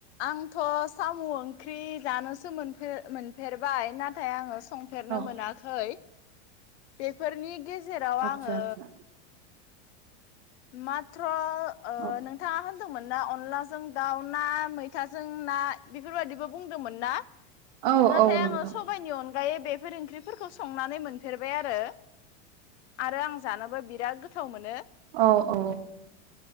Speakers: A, on the left (about 70°); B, on the right (about 50°).
A: आंथ' साम' ओंख्रि जानोसो मोनफेर मोनफेरबाय नाथाय आङो संफेरनो
B: औ
A: मोनाखै बेफोरनि गे जेराव
B: आदसा
A: आङो
B: आदसा
A: माथ्र' ओ
B: औ
A: नोंथाङा होन दोंमोन ना अनलाजों दाउ ना मैथाजों ना बेफोरबायदिबो बुंदोंमोन ना?
B: औ
A: नाथाय
B: औ
A: आङो
B: नोंथां
A: सबाइनि अन गायै बेफोर ओंख्रिफोरखौ संनानै मोनफेरबाय आरो आरो आं जानोबो बिराद गोथाव मोनो।
B: औ औ